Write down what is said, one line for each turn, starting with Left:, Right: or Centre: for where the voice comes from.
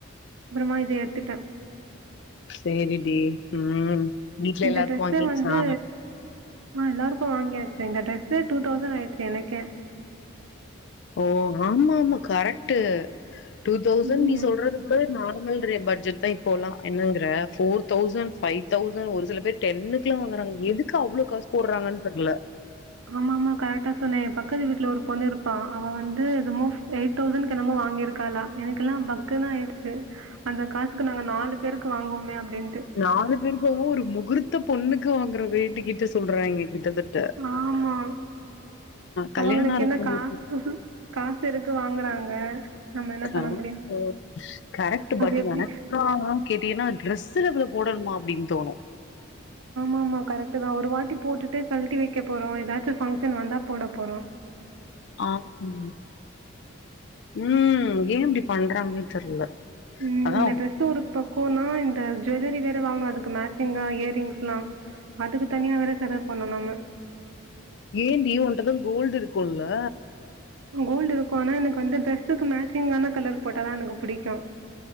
Right: அப்பறமா இத எடுத்துட்டே
Left: சேரி டி ம் வீட்ல
Right: இந்த
Left: எல்லாருக்கு
Right: ட்ரெஸ்ஸே
Left: வாங்கியாச்சா
Right: வந்து ஆ எல்லாருக்கு வாங்கியாச்சு இந்த டிரெஸ்சு டூ தௌசண்ட் ஆயிடுச்சு எனக்கே
Left: ஓ ஆமா ஆமா கரெக்ட்டு டூதௌசண்ட்
Right: ம்.
Left: நீ சொல்றது டைவே நார்மல் ரே பட்ஜெட் தா இப்போல்லா என்னங்கற போர் தௌசண்ட் பைவ் தௌசண்ட் ஒரு சில பேர் டென்னுக்கு எல்லா வாங்கறாங்க எதுக்கு அவ்ளோ காசு போட்றாங்கன்னு தெர்ல
Right: ஆமா ஆமா கரெக்டா சொன்னே எம் பக்கத்து வீட்ல ஒரு பொண்ணு இருப்பா அவ வந்து என்னமோ வெயிட் தௌசண்டஸ்க்கு என்னமோ வாங்கியிருக்காளா எனக்குக்கெல்லா பக்குன்னு ஆயிடுச்சு அந்த காசுக்கு நாங்க நாலு பேருக்கு வாங்குவமே அப்டின்ட்டு
Left: நாலு பேரு இப்பவோ ஒரு முகூர்த்த பொண்ணுக்கு வாங்குற ரேட்டு கிட்ட சொல்றாங்க கிட்டத்தட்
Right: வாமா
Left: கல்யாண
Right: அவங்களுக்கு
Left: ஆர
Right: என்னக்கா
Left: பொண்ணுக்கு
Right: காசு இருக்கு வாங்குறாங்க நம்ம என்ன
Left: கருமத்த
Right: பண்ண முடியும்
Left: கரெக்ட்டு
Right: அது
Left: பட்எனக்
Right: எப்படி
Left: ஆவுன்னு கேட்டீன்னா ட்ரெஸ்ல இவ்வேள போடணுமா அப்படின்னு தோணு
Right: ஆமா கரெக்ட் தா ஒரு வாட்டி போட்டுட்டு கழட்டி வைக்க போறோம் ஏதாச்சும் ஃபங்க்ஷன் வந்தா போட போறோ
Left: ஆ உம் ம் ஏன் இப்படி பண்றாங்கன்னு தெர்ல
Right: ம்
Left: அதா
Right: இந்த ட்ரெஸ்சு ஒரு பக்கோன்னா இந்த ஜுவல்லரி வேற வாங்கணு அதுக்கு மேட்சிங்கா இயர்ரிங்ஸ்லா அதுக்கு தனியா வேற செலவு பண்ணணு நம்ம
Left: ஏன்டி உன்டதா கோல்டு இருக்குமல்ல
Right: கோல்டு இருக்கோன்னா எனக்கு வந்து டிரரெஸ்க்கு மேச்சிங்கான கலர் போட்டாதா தான் எனக்கு பிடிக்கும்